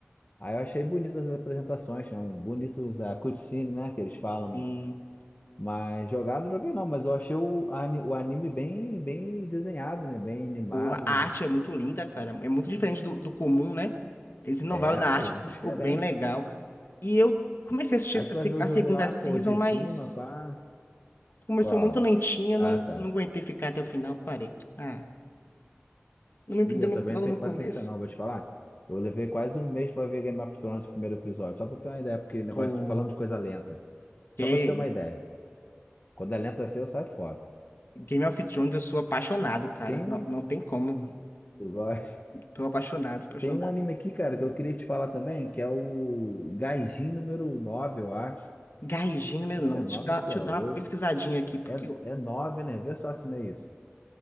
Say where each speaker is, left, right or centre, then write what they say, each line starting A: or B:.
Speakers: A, on the left; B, on the left.
A: Aí eu achei bonitas as apresentações, são bonitos a cutscene, né, que eles falam, né?
B: Sim.
A: Mas jogar não joguei não, mas eu achei o, ani- o anime bem, bem desenhado, né? Bem animado,
B: O, a arte
A: né?
B: é muito linda, cara. É muito diferente do, do comum, né? Eles inovaram
A: É,
B: na
A: pô,
B: arte
A: muito
B: e
A: diferente.
B: ficou bem legal. E eu comecei a assistir
A: Aí tu
B: a, se-
A: vai ver o
B: a
A: jogo
B: segunda
A: lá,
B: season,
A: pô, de
B: mas
A: cima, pá.
B: começou
A: Qual?
B: muito lentinha,
A: Ah,
B: não,
A: tá.
B: não aguentei ficar até o final, parei. Ah, não me prendeu
A: Ih, eu
B: no-
A: também
B: logo
A: não tenho
B: no começo.
A: paciência não, vou te falar. Eu levei quase um mês pra ver Game of Thrones, o primeiro episódio, só pra ter uma ideia, porque negócio
B: O
A: de, falando de coisa lenta. Só
B: que
A: pra ter uma ideia. Quando é lenta assim, eu saio fora.
B: Game of Thrones, eu sou apaixonado, cara.
A: Tem
B: Não,
A: um...
B: não tem como.
A: Eu gosto.
B: Tô apaixonado, apaixonado.
A: Tem um anime aqui, cara, que eu queria te falar também, que é o Gaijin número nove eu acho.
B: Gaijin número
A: Não sei se
B: 9.
A: é 9
B: Deixa eu dar,
A: ou se
B: deixa
A: é
B: eu
A: oito
B: dar uma pesquisadinha aqui, porque
A: É,
B: o
A: é nove né? Vê só se não é isso.